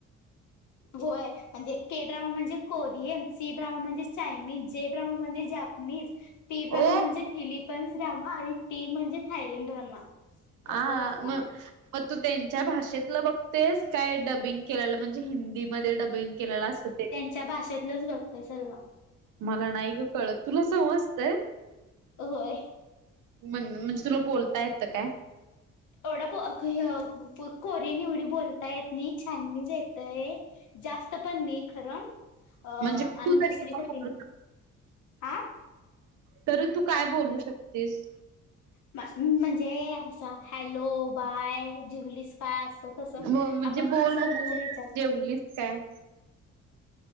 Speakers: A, on the left; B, on the right.
A: होय म्हणजे के ड्रामा म्हणजे कोरियन, सी ड्रामा म्हणजे चायनीज जे ड्रामा म्हणजे जापनीज, पी ड्रामा
B: ओ
A: म्हणजे फिलिप कंस ड्रामा आणि टी म्हणजे थायलंड ड्रामा. असं
B: आ
A: असतंय
B: म मग तू त्यांच्या भाषेतलं बघतेस काय डबिंग केलेलं म्हण जे हिंदीमध्ये डबिंग केलेलं असतं ते.
A: च्या भाषेतलंच बघतय सर्वा.
B: मला नाही गं कळत तुला समजते?
A: होय
B: म्हण म्हणजे तुला बोलता येतं काय?
A: तेवढा बो अख य कोरियन येवढी बोलतायेत नी चायनीज येतंय जास्त पण नाही खरं. आ
B: म्हणजे
A: आणि
B: तू तरी
A: दूसरीचं फिलिम आं.
B: तरी तू काय बोलू शकतेस?
A: म म्हणजे असं हॅलो, बाय, जीवलीस का असं तसं
B: ब म्हणजे
A: आपण
B: बोल
A: तसं
B: बघू
A: रोजचं विचार
B: जेवलीस काय?